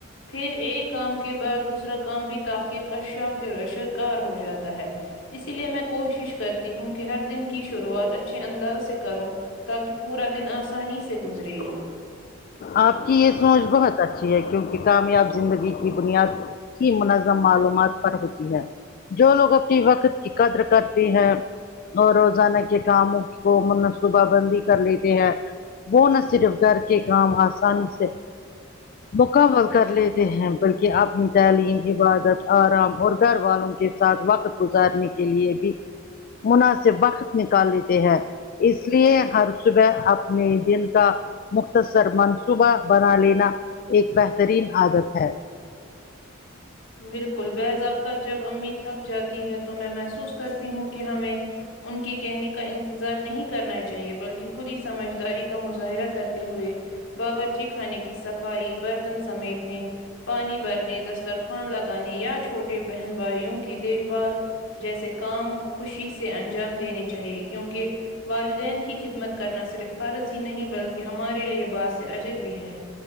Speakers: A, on the left; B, on the left.
A: پھر ایک کام کے بعد دوسرا کام بھی تاخیر کا ش شکار ہو جاتا ہے اسی لیے میں کوشش کر ہوں کہ ہر دن کی شروعات اچھے انداز سے کروں تاکہ پورا دن آسانی سے گزرے
B: آپ کی یہ سوچ بہت اچھی ہے کیونکہ کامیاب زندگی کی بنیاد کی منظم معلومات پر ہوتی ہے جو لوگ اپنی وقت کی قدر کرتے ہیں اور روزانہ کے کاموں کو منصوبہ بندی کر لیتے ہیں وہ نہ صرف گھر کے کام آسانی سے مکمل کر لیتے ہیں بلکہ اپنی تعلیم عبادت آرام اور گھر والوں کے ساتھ وقت گزارنے کے لیے بھی مناسب وقت نکال لیتے ہیں اس لیے ہر صبح اپنے دن کا مختصر منصوبہ بنا لینا ایک بہترین عادت ہے
A: بالکل بعض اوقات جب امی تھک جاتی ہے تو میں محسوس کرتی ہوں کہ ہمیں ان کے کہنے کا انتظار نہیں کرنا چاہیے بلکہ خود ہی سمجھداری کا مظاہرہ کر ہوئے باورچی خانے کی صفائی برتن سمیٹنے پانی بھرنے دسترخوان لگانے یا چھوٹے بہن بھائیوں کی دیکھ بھال جیسے کام خوشی سے انجام دینے چاہیے کیونکہ والدین کی خدمت کرنا صرف فرض ہی نہیں بلکہ ہمارے لیے باعث اجر بھی ہے